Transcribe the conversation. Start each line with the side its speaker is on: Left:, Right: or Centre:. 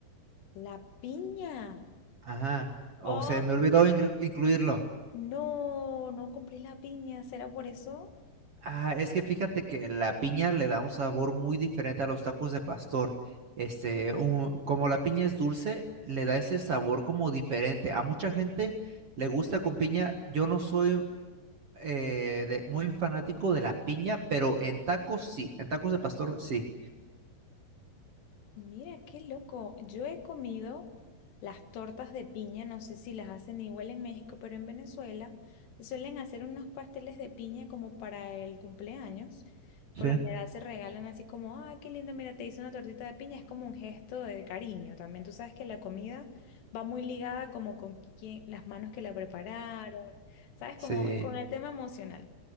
Left: La piña.
Right: Ajá. O
Left: Oh,
Right: se me olvidó inclu- incluirlo.
Left: no, no compré la piña. ¿Será por eso?
Right: Ah, es que fíjate que la piña le da un sabor muy diferente a los tacos de pastor. Este, un- como la piña es dulce, le da ese sabor como diferente. A mucha gente le gusta con piña. Yo no soy eh, de- muy fanático de la piña, pero en tacos sí, en tacos de pastor sí.
Left: Mira, qué loco. Yo he comido las tortas de piña, no sé si las hacen igual en México, pero en Venezuela suelen hacer unos pasteles de piña como para el cumpleaños.
Right: Sí.
Left: Por lo general se regalan así como, ah, qué lindo, mira, te hice una tortita de piña. Es como un gesto de cariño también. Tú sabes que la comida va muy ligada como con quién, las manos que la prepararon, ¿sabes?
Right: Sí,
Left: Como con el tema emocional.